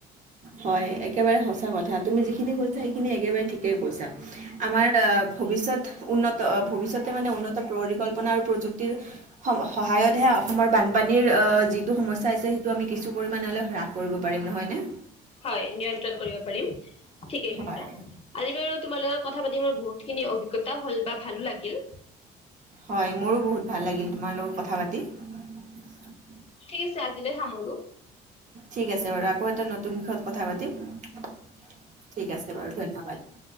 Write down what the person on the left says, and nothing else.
হয় নিয়ন্ত্ৰণ কৰিব পাৰিম, ঠিকেই
কৈছা। আজি বাৰু তোমাৰ লগত কথা পাতি মোৰ বহুত খিনি অভিজ্ঞা হ'ল বা ভালো লাগিল।
ঠিক আছে আজিলৈ সামৰোঁ।